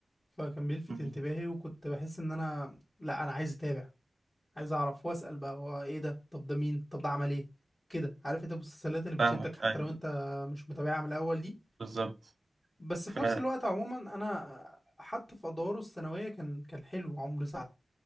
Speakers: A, on the left; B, on the right.
A: فكان بيلفت
B: مم.
A: انتباهي وكنت بحس ان انا لا انا عايز اتابع عايز اعرف واسأل بقى هو ايه ده طب ده مين طب ده عمل ايه كده عارف انت المسلسلات اللي بتشدك
B: فاهمك
A: حتى
B: ايوه
A: لو
B: أيوة.
A: انت مش متابعها من الاول دي
B: بالظبط
A: بس
B: ف...
A: في نفس الوقت عموما انا حتى في ادواره الثانوية كان كان حلو عمرو سعد